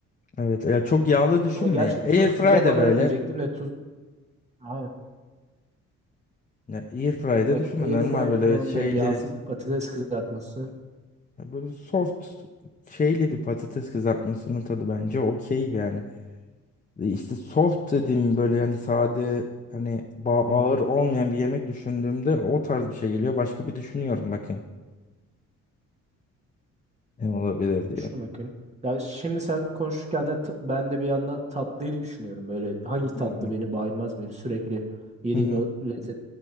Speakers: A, on the left (about 25°); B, on the right (about 20°).
A: Evet ya çok yağlı düşünme
B: Ama gerçi
A: ya. Airfry
B: tuzu, tuza
A: de
B: banarım
A: böyle.
B: diyecektim de tuz, Aynen.
A: Ya airfry
B: Bak
A: de düşünme
B: airfryer
A: normal böyle
B: falan
A: şeyli
B: böyle yağsız bir patates kızartması.
A: böyle soft şeyli bir patates kızartmasının tadı bence okey yani. E İşte soft dediğim böyle yani sade hani ba-
B: Hmm,
A: ağır olmayan bir yemek düşündüğümde o tarz bir şey geliyor. Başka bir düşünüyorum bakayım ne olabilir diye.
B: düşün bakayım. Ya şimdi sen konuşurken de ta- ben de bir yandan tatlıyı düşünüyorum. Böyle hangi tatlı
A: Hı hı.
B: beni baymaz böyle sürekli yediğin
A: Hı hı.
B: o lezzet.